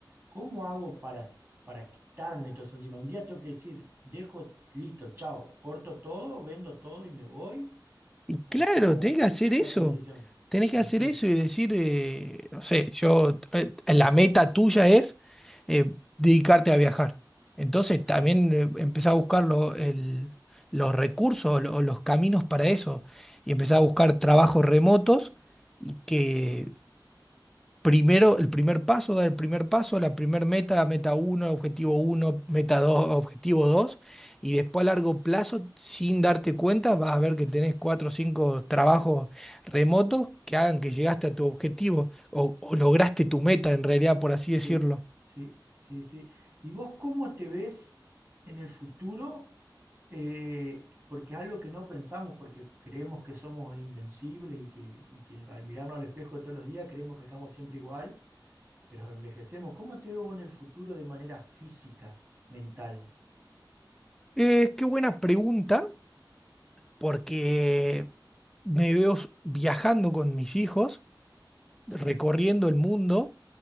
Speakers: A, on the right (about 30°); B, in the centre.
A: ¿Cómo hago para, s- para quitarme todo eso encima? Un día tengo que decir, dejo, listo, chao, corto todo, vendo todo y me voy.
B: Y claro,
A: ¿O cómo
B: tenés que hacer eso.
A: esa transición?
B: Tenés que
A: Y
B: hacer
A: sí,
B: eso y decir, eh, no sé, yo, eh, la meta tuya es eh, dedicarte a viajar. Entonces
A: claro.
B: también eh, empezá a buscar lo- el- los recursos o lo- los caminos para eso y empezá a buscar trabajos remotos y que primero, el primer paso, dar el primer paso, la primer meta, meta 1, objetivo uno meta dos objetivo 2 y después a largo plazo, sin darte cuenta, vas a ver que tenés cuatro o cinco trabajos remotos que hagan que llegaste a tu objetivo o, o lograste tu meta en realidad, por así
A: Sí,
B: decirlo.
A: sí, sí, sí. ¿Y vos cómo te ves en el futuro? Eh, porque es algo que no pensamos, porque creemos que somos invencibles y que, y que al mirarnos al espejo todos los días creemos que estamos siempre igual, pero envejecemos. ¿Cómo te veo vos en el futuro de manera física, mental?
B: Eh, qué buena pregunta, porque me veo s- viajando con mis hijos, recorriendo
A: ¿Sí?
B: el mundo.